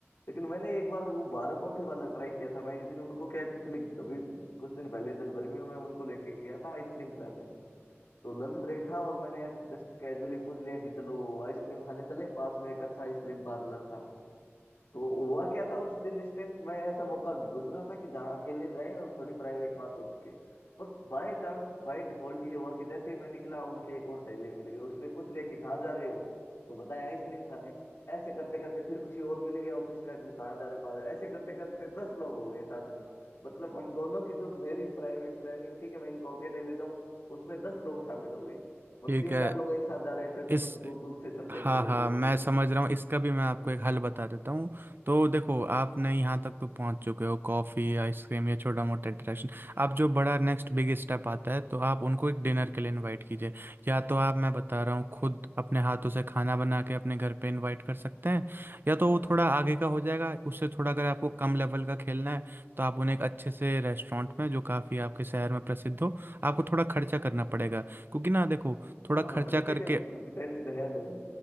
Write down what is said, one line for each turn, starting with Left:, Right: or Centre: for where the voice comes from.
Left: लेकिन मैंने एक बार वो बार कॉफी वाला ट्राई किया था मैं एक दिन उनको क्या है, पिछले अभी कुछ दिन पहले जब गर्मियों में उनको लेके गया था आइसक्रीम खिलाने तो लंच ब्रेक था और मैंने जस्ट कैजुअली पूछ लिया कि चलो आइसक्रीम खाने चले पास में एक अच्छा आइसक्रीम पार्लर था तो हुआ क्या था उस दिन इंस्टेंट मैं ऐसा मौका ढूंढ रहा था कि जहाँ अकेले जाए और थोड़ी प्राइवेट बात हो सके पर बाय चांस बाय डिफॉल्ट ये हुआ कि जैसे ही मैं निकला उनकी एक और सहेली मिल गई उसने पूछ लिया कि कहाँ जा रहे हो तो बताया आइसक्रीम खाने ऐसे करते करते फिर किसी और मिल गया ऑफिस का बोले, कहाँ जा रहे हो कहाँ जा रहे हो?" ऐसे करते करते दस लोग हो गए साथ में मतलब हम दोनों की जो मेरी प्राइवेट प्लानिंग थी कि मैं इनको अकेले ले जाऊं उसमें दस लोग शामिल हो गए और
Right: ठीक
Left: तीन
Right: है
Left: चार लोग एक साथ जा रहे हैं फिर
Right: इस
Left: सब दूर दूर से सब देखने
Right: हाँ हाँ
Left: लग गए
Right: मैं समझ रहा हूँ इसका भी मैं
Left: तो
Right: आपको एक हल बता देता हूँ तो देखो आपने यहाँ तक तो पहुँच चुके हो कॉफ़ी आइसक्रीम या छोटा मोटा इंटरेक्शन आप जो बड़ा नेक्स्ट बिग स्टेप आता है तो आप उनको एक डिनर के लिए इनवाइट कीजिए या तो आप मैं बता रहा हूँ खुद अपने हाथों से खाना बना के अपने घर पे इनवाइट कर सकते हैं या तो वो थोड़ा आगे का हो जाएगा उससे थोड़ा अगर आपको कम लेवल का खेलना है तो आप उन्हें एक अच्छे से रेस्टोरेंट में जो काफ़ी आपके शहर में प्रसिद्ध हो आपको थोड़ा खर्चा करना पड़ेगा क्योंकि ना देखो थोड़ा
Left: हाँ हाँ,
Right: खर्चा
Left: खर्चे
Right: करके
Left: का टेंशन है नहीं